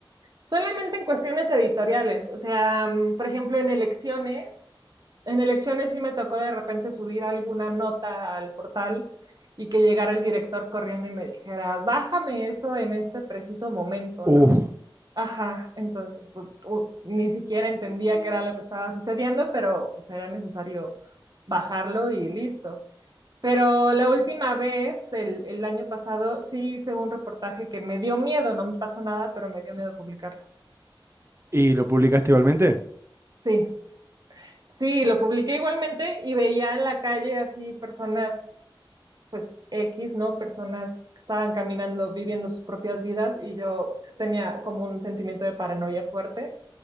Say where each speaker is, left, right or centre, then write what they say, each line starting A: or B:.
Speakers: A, on the right; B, on the right.
A: Solamente en cuestiones editoriales, o sea, mm, por ejemplo, en elecciones, en elecciones sí me tocó de repente subir alguna nota al portal y que llegara el director corriendo y me dijera, bájame eso en este preciso momento,
B: Uf,
A: ¿no? Ajá, entonces pues, u- ni siquiera entendía qué era lo que estaba sucediendo, pero pues era necesario bajarlo y listo. Pero la última vez, el, el año pasado, sí hice un reportaje que me dio miedo, no me pasó nada, pero me dio miedo publicarlo.
B: ¿y lo publicaste igualmente?
A: Sí, sí, lo publiqué igualmente y veía en la calle así personas, pues X, ¿no? Personas que estaban caminando, viviendo sus propias vidas y yo tenía como un sentimiento de paranoia fuerte.